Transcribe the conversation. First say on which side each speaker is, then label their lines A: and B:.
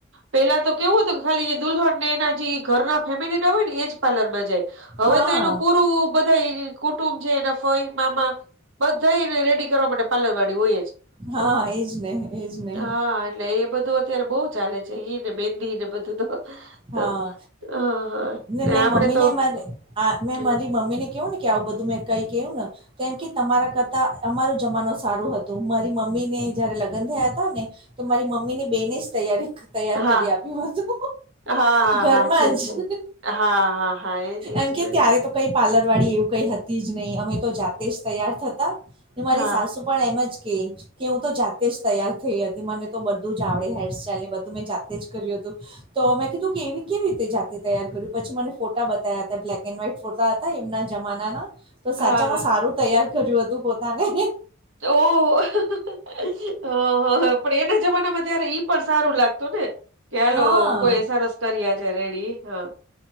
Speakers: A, on the right (about 65°); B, on the right (about 25°).
A: પેલા તો કેવું હતું કે ખાલી એ દુલ્હનને એના જે ઘર ફેમિલીના હોય ને એજ પાર્લરમાં જાય હવે
B: હા
A: તો એનું પૂરું બધા કુટુંબ છે, એના ફોય મામા બધાને રેડી કરવા માટે પાર્લર વાળી હોય
B: હા
A: તો
B: એજ ને એજ ને
A: હા એટલે એ બધું અત્યારે બો ચાલે છે, ઈ ને બેંદી ને બધું તો
B: હા
A: તો હા હા
B: ને મે
A: આપડે
B: મમ્મી
A: તો
B: ને મા આ મેં
A: હા
B: મારી મમ્મીને કેવું કે આવું બધું મેં કઈ કેહું ને કેમ કે તમારા કરતા અમાર જમાનું સારું હતું મારી મમ્મી ને જયારે લગ્ન થયા હતા ને તો મારી મમ્મીની બેને જ તૈયારી તૈયાર
A: હા
B: કરી આપ્યું હતું
A: હા હા
B: ઘરમાં
A: હા છે
B: જ
A: છે હા હા હા એજ એજ
B: એમ કે
A: ને
B: ત્યારે તો કઈ પાર્લર વાળી એવું કઈ હતી જ નહીં અમે તો જાતે જ તૈયાર થતા ને મારી
A: હા
B: સાસુ પણ એમ જ કેય કે હું તો જાતે જ તૈયાર થઈ હતી મને તો બધું જ આવડે હેરસ્ટાઈલ ને બધું મેં જાતે જ કર્યું હતું. તો મે કીધું કે એવી કેવી રીતે જાતે તૈયાર કર્યું પછી મને ફોટા બતાવયા હતા બ્લેક એન્ડ વ્હાઈટ ફોટા હતા એમના જમાનાના તો સાચામાં
A: હા હા
B: સારું તૈયાર કર્યું હતું પોતાને
A: ઓ હ હ હ પણ એના જમાનામાં ત્યારે ઈ પણ સારું લાગતું ને! કાલ
B: હા
A: કોઈ સરસ કર્યા છે રેડી હા